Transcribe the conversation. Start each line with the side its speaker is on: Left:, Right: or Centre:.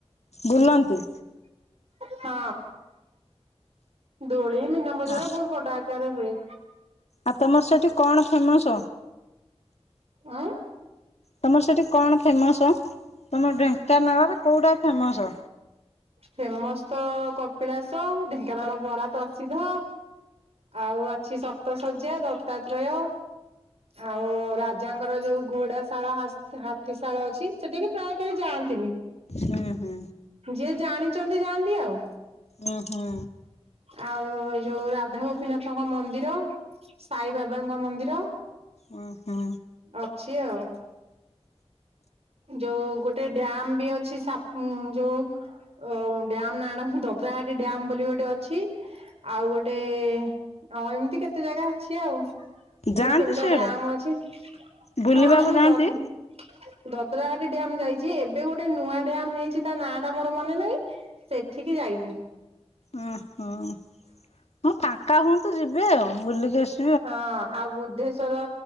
Left: ବୁଲନ୍ତି।
Right: ହଁ ଦୋଳି ମୀନା ବଜାରା
Left: ଆ
Right: ବହୁତ ବଡ ଆକାରରେ ହୁଏ।
Left: ଆ ତମର ସେଇଠି କଣ ଫେମସ୍?
Right: ଆଁ
Left: ତମର ସେଠି କଣ ଫେମସ ତମ ଢେଙ୍କାନାଳରେ କଉଟା ଫେମସ?
Right: ଫେମସ ତ କପିଳାସ ଢେଙ୍କାନାଳ ବରା ପ୍ରସିଦ୍ଧ। ଆଉ ଅଛି ସପ୍ତ ଶଯ୍ୟା ଦତ୍ତାତ୍ରୟ। ଆଉ ରାଜାଙ୍କର ଯୋଉ ଘୋଡା ଶାଳ ହାସ ହାତୀଶାଳ ଅଛି ସେଠିକି ପ୍ରାୟ କେହି ଯାଆନ୍ତିନି।
Left: ହୁଁ ହୁଁ।
Right: ଯିଏ ଜାଣିଚନ୍ତି ଯାଆନ୍ତି ଆଉ।
Left: ଉଁ ହୁଁ।
Right: ଆଉ ଯୋଉ ରାଧା ଗୋପୀନାଥଙ୍କ ମନ୍ଦିର। ସାଇବାବାଙ୍କ ମନ୍ଦିର।
Left: ଉଁ ହୁଁ।
Right: ଅଛି ଆଉ ଯୋଉ ଗୋ ଟେ ଡ୳। ମ ବି ଅଛି ସାପ ଯୋଉ ଓ ଡ୍ୟାମନା ଆଣ ଦଦ୍ରାହାଡି ଡ୍ୟାମ ବୋଲି ଗୋଟେ ଅଛି। ଆଉ ଗୋଟେ ଅ ଏମିତି କେତେ ଜାଗା ଅଛି ଆଉ।
Left: ଯାଆନ୍ତି
Right: ଦି ତିନିଟା
Left: ସିଆଡ଼େ
Right: ଡ୍ୟାମ୍ ଅଛି
Left: ବୁଲିବାକୁ
Right: ହଁ ମୁଁ
Left: ଯାଆନ୍ତି?
Right: ଦବି ଦଦ୍ରାହାଟି ଡ୍ୟାମ୍ ଯାଇ ଯିଏ ଏବେ ଗୋଟେ ନୂଆ ଡ୍ୟାମ୍ ହେଇଛି ତା ନାଁ ଟା ମୋର ମନେ ନାହିଁ ସେଠିକି ଯାଇନି।
Left: ଅଁ ହଁ ହଁ ଫାଙ୍କା ହୁଅନ୍ତୁ ଯିବେ ଆଉ ବୁଲିକି ଆସି
Right: ହଁ ଆଉ ବୁଦ୍ଧେଶ୍ଵର